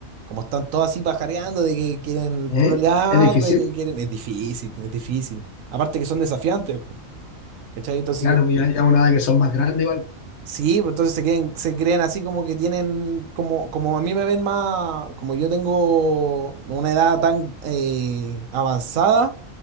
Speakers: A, on the right; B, on the left.
A: como están todos así pajareando de que quieren
B: ¿Eh?
A: pololear,
B: ¿Es difícil?
A: de que quieren... Es difícil, es difícil. Aparte que son desafiantes, po, ¿cachai? Entonces
B: Claro,
A: yo...
B: pues ya, ya una edad que son más grandes igual.
A: Sí, pues entonces se creen, se creen así como que tienen, como, como a mí me ven más, como yo tengo una edad tan eh, avanzada,